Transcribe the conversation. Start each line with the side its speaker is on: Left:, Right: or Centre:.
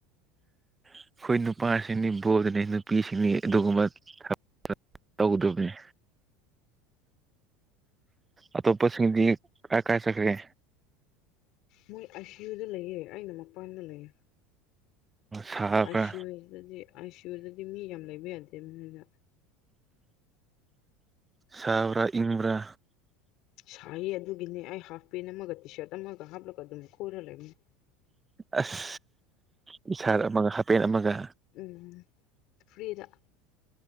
Right: ꯑꯩꯈꯣꯏ ꯅꯨꯄꯥꯁꯤꯡꯅꯤ ꯕꯣꯜꯗꯅꯤ ꯅꯨꯄꯤꯁꯤꯡꯅꯤ ꯑꯗꯨꯒꯨꯝꯕ ꯊꯕꯛ ꯇꯧꯗꯕꯅꯦ ꯑꯇꯣꯞꯄꯁꯤꯡꯗꯤ ꯀꯥꯏ ꯀꯥꯏ ꯆꯠꯈ꯭ꯔꯦ
Left: ꯃꯣꯏ ꯑꯥꯏ ꯁꯤ ꯌꯨꯗ ꯂꯩꯌꯦ ꯑꯩꯅ ꯃꯄꯥꯟꯗ ꯂꯩꯌꯦ
Right: ꯁꯥꯕ꯭ꯔꯥ
Left: ꯑꯥꯏ ꯁꯤ ꯌꯨꯗꯗꯤ ꯑꯥꯏ ꯁꯤ ꯌꯨꯗꯗꯤ ꯃꯤ ꯌꯥꯝ ꯂꯩꯕ ꯌꯥꯗꯦꯕꯅꯤꯅ
Right: ꯁꯥꯕ꯭ꯔꯥ ꯏꯪꯕ꯭ꯔꯥ
Left: ꯁꯥꯏꯌꯦ ꯑꯗꯨꯒꯤꯅꯦ ꯑꯩ ꯍꯥꯐ ꯄꯦꯟ ꯑꯃꯒ ꯇꯤ ꯁꯥꯔꯠ ꯑꯃꯒ ꯍꯥꯞꯂꯒ ꯑꯗꯨꯝ ꯀꯣꯢꯔ ꯂꯩꯕꯅꯦ
Right: ꯑꯁ ꯇꯤ ꯁꯥꯔꯠ ꯑꯃꯒ ꯍꯥꯞ ꯄꯦꯟ ꯑꯃꯒ
Left: ꯎꯝ ꯐ꯭ꯔꯤꯗ